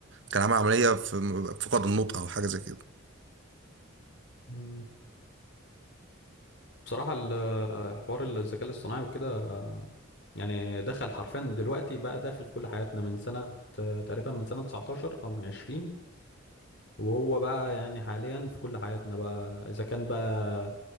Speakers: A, on the right; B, on the left.
A: كان عامل عملية في م- فقد النطق أو حاجة زي كده
B: مم. بصراحة ال- حوار الذكاء الاصطناعي وكده آه، يعني دخل حرفيا دلوقتي بقى داخل في كل حياتنا من سنة آه، تقريبا من سنة 19 أو من 20 وهو بقى يعني حاليا في كل حياتنا بقى إذا كان بقى